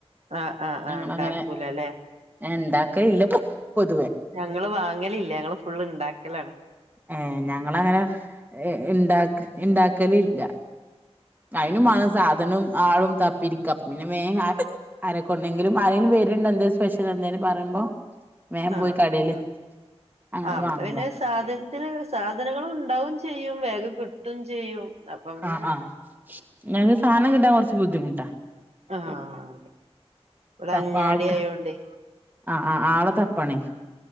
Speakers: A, on the right; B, on the right.
A: ആഹ് ആഹ്
B: ഞങ്ങളങ്ങനെ
A: ആഹ് ഉണ്ടാക്കൂല അല്ലെ
B: ഇണ്ടാക്കലില്ല പൊ പൊതുവേ
A: ഞങ്ങള് വാങ്ങലില്ല ഞങ്ങള് ഫുള്ള് ഇണ്ടാക്കലാണ്
B: ഏഹ് ഞങ്ങളങ്ങനെ ഇണ്ട ഇണ്ടാക്കലില്ല അതിനുമാണം
A: ആഹ്
B: സാധനം ആളും തപ്പിരിക്ക അപ്പൊ പിന്നെ വേം ആരെക്കോണ്ടെങ്കിലും ആരെങ്കിലും വെരണ്ട് എന്തേലും സ്പെഷ്യൽ എന്തേലും പറിമ്പോ വേം
A: ആഹ്
B: പോയി കടയില്
A: ആഹ് ആഹ്
B: അങ്ങനെ
A: അവിടെ
B: വാങ്ങല
A: പിന്നെ സാധനത്തിന് സാധനങ്ങള് ഉണ്ടാവും ചെയ്യും വേഗം കിട്ടും ചെയ്യും അപ്പൊ പിന്നെ
B: ആഹ് ആഹ് ഞങ്ങക്ക് സാനം കിട്ടാൻ കൊറച്ച് ബുദ്ധിമുട്ടാ
A: ആഹ് ഇവിടെ
B: തപ്പ
A: അങ്ങാടി
B: ആൾക്ക
A: ആയോണ്ടേ
B: ആഹ് ആഹ് ആളെ തപ്പണേയ്